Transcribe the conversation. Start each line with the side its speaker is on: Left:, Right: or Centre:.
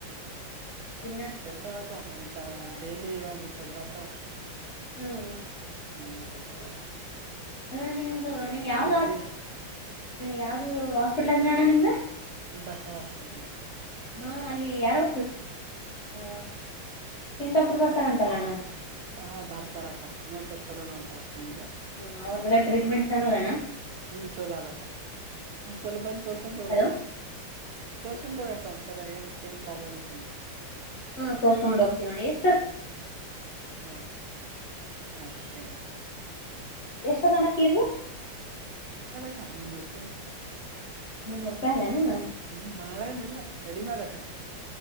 Left: ದಿನ
Right: ಇರ್ತಾವಕ್ಕ ಒಂದ್ ಚ ಡೈಲಿ ಒಂದ್ ಇಪ್ಪತ್ತು ಬರ್ತಾವ
Left: ಹ್ಮ್
Right: ನ ಬರ್ತ
Left: ಹ ನಿಮ್ದು ನೀವು್ ಯಾವ್ದ ಹಸ್ಪ
Right: ಪಿ
Left: ಯಾವ್ದ ಹಾಸ್ಪಿಟ್ಲ್ ಅಂದ್ರ ಅಣ್ಣ ನಿಮ್ದ
Right: ಬಸವ ಹಾಸ್ಪಿಟ್ಲ್
Left: ಹಾ ಅಲ್ಲಿ ಯಾರೋ ಆ ಸ್ಕಿನ್ ಡಾಕ್ಟರ್ ಬರ್ತಾರಂತಲ್ಲ ಅಣ್ಣ
Right: ಹಾ ಬರ್ತಾರಕ್ಕ ನೋಡ್ತಾರ ಚಲೋ ನೋಡ್ತಾರ ಸ್ಕಿನ್ ದು.
Left: ಹ್ಮ್ ಅವ್ರದೆಲ್ಲ ಟ್ರೀಟ್ಮೆಂಟ್ ಚನ್ನದ ಅಣ್ಣ
Right: ಹ್ಮ ಚಲೋ ಅದಕ್ಕ ಒಂದ್ಸಲ ಬಂದ್ ತೋರ್ಸುಗೊಂದು ಹೊರೆಕ್ಕ.
Left: ಹಲೋ
Right: ತೋರ್ಸೊಂಡ ಹೋರಿ ಅಕ್ಕ ಒಂದ್ಸಲ ಏನ್ ಸ್ಕಿನ್ ಪ್ರಾಬ್ಲಮ್ ಇತ್ತುಂದ್ರ.
Left: ಹಾ ತೋರ್ಸ್ಕೊಂಡ್ ಹೋಗ್ತೀವಣ್ಣ ಎಷ್ಟ
Right: ಹಾ ಹ ಸೆನ್ಡ್ಹಾಕಿ
Left: ಎಷ್ಟ ಆದ ಅಣ್ಣ ಪೀಜು.
Right: ಹನ್ನನ್ನೂರು ರೂಪಾಯಿು
Left: ಮುನ್ನೂರು ರೂಪಾಯಿ ಅದಣ್ಣ
Right: ಹ್ಮ ಬಾಳ ಏನ ಇಲ್ಲ. ಕಡಿಮೆದಕ್ಕ